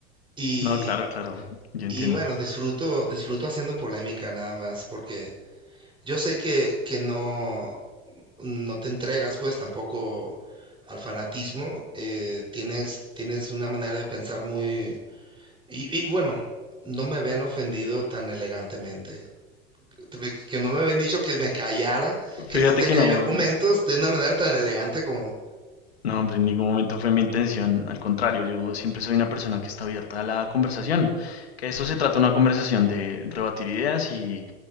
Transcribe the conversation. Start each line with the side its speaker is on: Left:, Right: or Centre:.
Right: y,
Left: No, claro, claro, yo
Right: y
Left: entiendo.
Right: bueno, disfruto, disfruto haciendo polémica nada más porque yo sé que, que no, no te entregas pues tampoco al fanatismo, eh, tienes, tienes una manera de pensar muy Y, y bueno, no me habían ofendido tan elegantemente. Te- Que no me habían dicho que me callara, que
Left: Fíjate
Right: no tenía
Left: que no,
Right: yo argumentos de una manera tan elegante como
Left: No, hombre, en ningún momento fue mi intención. Al contrario, yo siempre soy una persona que está abierta a la conversación. Que esto se trata de una conversación de rebatir ideas y